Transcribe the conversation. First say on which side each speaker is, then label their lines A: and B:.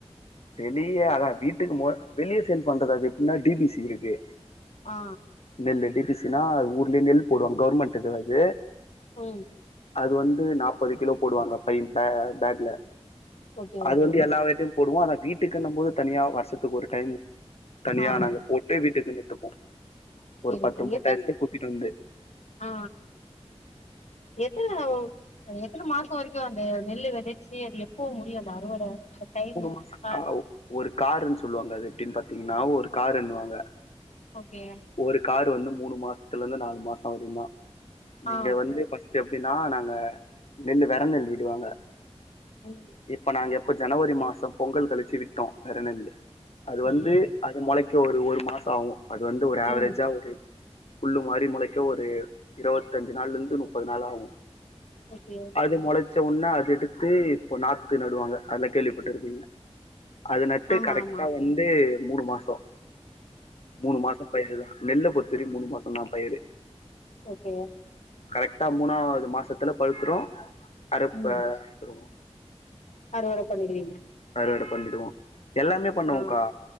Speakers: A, on the left (about 65°); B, on the left (about 80°).
A: வெளிய அதா வீட்டுக்கு வெளிய சேல் பண்றது அது எப்டின்னா டி பி சி இருக்கு
B: ஆ
A: நெல் டி பி சினா ஊர்லயே நெல் போடுவாங் கவர்மெண்ட் இதுவாது
B: உ
A: அது வந்து நாப்பது கிலோ போடுவாங்க பை ல பேக்ல
B: ஓகே
A: அது
B: ஓகே
A: வந்து எல்லா விட்டையும் போடுவோம் அதா வீட்டுக்குன்னும் போது தனியா வருஷத்துக்கு ஒரு டைம் தனியா
B: ஆ
A: நாங்க போட்டு வீட்டுக்கு எத்துப்போம்
B: சேரி
A: ஒரு பத்து
B: சேரி
A: மூட்டை
B: எத்தன
A: எடுத்து குத்திட்டு வந்து
B: ஆ எதுல எத்தனை மாசம் வரைக்கும் அந்த நெல்லு விதச்சு அது எப்ப முடியும் அந்த அறுவடை டைம்
A: மாசம்
B: கால்
A: ஆ ஒரு காரன்னு சொல்லுவாங்க அது எப்படின்னு பாத்தீங்கன்னா ஒரு காரன்னுவாங்க
B: ஓகே
A: ஒரு காரு வந்து மூணு மாசத்துலருந்து நாலு மாசம் வரை தான் நீங்க
B: ஆ
A: வந்து எப்படின்னா நாங்க நெல்லு வெத நெல்லு விடுவாங்க
B: ம்
A: இப்ப நாங்க எப்ப ஜனவரி மாசம் பொங்கல் கழிச்சு விட்டோம் வெத நெல்லு அது
B: ஓகே
A: வந்து அது முளைக்க ஒரு ஒரு மாசம் ஆகும் அது வந்து ஒரு ஆவரேஜா
B: ம்
A: ஒரு புல்லு மாறி மொளைக்க ஒரு இருவத்தஞ்சு நாள்லருந்து முப்பது நாள் ஆகும்
B: ஓகே
A: அது முளைச்ச உடனே அது எடுத்து இப்ப நாத்து நடுவாங்க அதுல கேள்விப்பட்டுருப்பீங்க அது நட்டு
B: ஆமா
A: கரெக்டா
B: ஆமா
A: வந்து மூணு மாசம் மூணு மாசம் பயிர் தான் நெல்ல பொருத்த வரைக்கும் மூணு மாசந்தான் பயரு
B: ஓகே
A: கரெக்டா மூணாவது மாசத்துல பழுத்துரும் அறுப்ப
B: ம்
A: அறுத்துருவோம்
B: அறுவடை பண்ணிடுவீங்க
A: அறுவடை பண்ணிடுவோம் எல்லாமே பண்ணுவோங்க்கா
B: ஆ